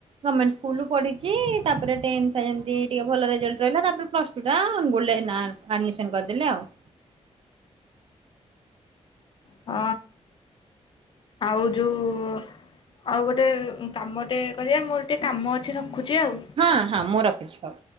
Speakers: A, on the right; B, on the left.
A: ଗମେଣ୍ଟ ସ୍କୁଲ୍ ରୁୁ ପଢିଛି। ତାପରେ ଟେନ୍ଥ ଯେମିତି ଟିକେ ଭଲ ରେଜଲ୍ଟ ରହିଲା ତାପରେ ପ୍ଲସ୍ ଟୁ ଟା ଅନୁଗୁଳୁରେ ନାଁ ଆଡ଼ମିସନ୍ କରିଦେଲି ଆଉ।
B: ଅ, ଆଉ ଯୋଉ। ଆଉ ଗୋଟେ କାମ ଟେ କରିବା ମୋର ଟିକେ କାମ ଅଛି ରଖୁଛି ଆଉ।
A: ହଁ ହଁ ମୁଁ ରଖୁଛି ହଉ।